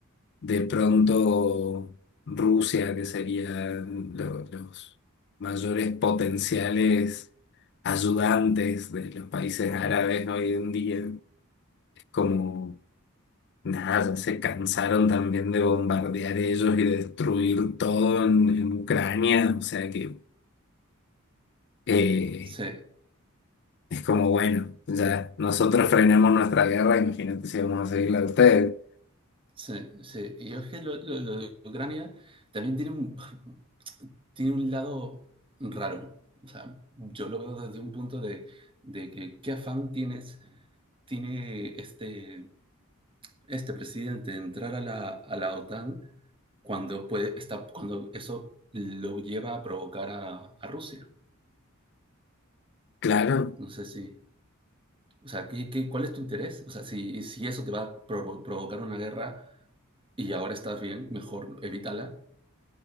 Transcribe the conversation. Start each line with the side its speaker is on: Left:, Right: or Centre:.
Left: de pronto Rusia, que serían lo- los mayores potenciales ayudantes de los países árabes
Right: Ujú.
Left: ¿no? hoy en día como Nada, ya se cansaron también de bombardear ellos y de destruir todo en, en Ucrania. O sea que eh,
Right: Sí,
Left: es como, bueno, ya nosotros frenamos nuestra guerra, imagínate si vamos a seguir la de ustedes.
Right: sí, sí. Y es que lo, lo- lo de Ucrania también tiene un, <laughs> tiene un lado raro. O sea, yo lo veo desde un punto de, de que qué afán tienes, tiene este este presidente entrar a la, a la OTAN cuando, puede, está, cuando eso lo lleva a provocar a, a Rusia.
Left: Claro.
Right: No sé si, o sea, ¿qué, qué, cuál es tu interés? O sea, si, si eso te va a provo- provocar una guerra y ahora estás bien, mejor evítala,